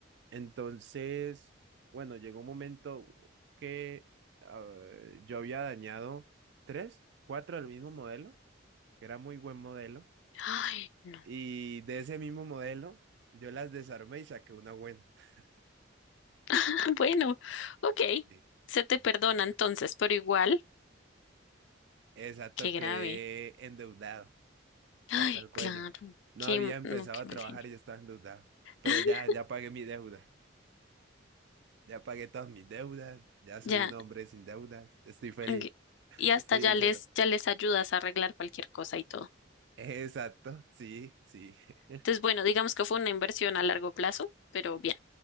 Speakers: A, on the right; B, on the left.
A: Entonces, bueno, llegó un momento que eh, yo había dañado tres, cuatro del mismo modelo, que era muy buen modelo,
B: Ay, no.
A: y de ese mismo modelo yo las desarmé y saqué una buena. <laughs>
B: <laughs> Bueno, ok.
A: Sí.
B: Se te perdona entonces, pero igual,
A: Exacto,
B: qué grave.
A: quedé endeudado.
B: Ay,
A: hasta el cuello.
B: claro.
A: No
B: Qué,
A: había empezado
B: no, qué
A: a
B: mal
A: trabajar
B: genio.
A: y yo estaba endeudado. Pero
B: <laughs>
A: ya, ya pagué mi deuda. Ya pagué todas mis deudas. Ya soy
B: Ya,
A: un hombre sin deudas. Estoy feliz.
B: ok.
A: <laughs>
B: Y hasta
A: Estoy
B: ya
A: en
B: les,
A: cero.
B: ya les ayudas a arreglar cualquier cosa y todo.
A: Exacto, sí, sí. <laughs>
B: Entonces, bueno, digamos que fue una inversión a largo plazo, pero bien,